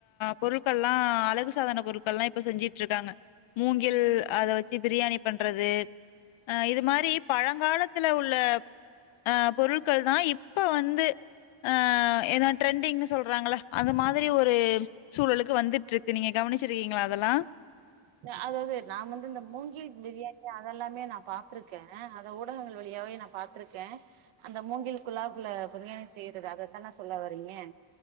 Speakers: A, on the left; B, on the right.
A: பொருட்கள்லா அழகு சாதன பொருட் கள்லா இப்ப செஞ்சிட்டு இருக்காங்க மூங்கில் அத வச்சி பிரியாணி பண்றது அ இது மாரி பழங்காலத்துல உள்ள ஆ பொருட்கள் தான் இப்ப வந்து ஆ ஏனா ட்ரண்டிங்ன்னு சொல்றாங்கள அந்த மாதிரி ஒரு சூழலுக்கு வந்துட்டு இருக்கு நீங்க கவனிச்சிருக்கீங்களா அதல்லா
B: சோ அதாவது நான் வந்து இந்த மூங்கில் பிரியாணி அத எல்லாமே நா பாத்திருக்கேன் அத ஊடகங்கள் வழியாவே நா பாத் துருக்கேன் அந்த மூங்கில் குலாப்ல பிரியாணி செய்யறது அதுதான சொல்ல வரீங்க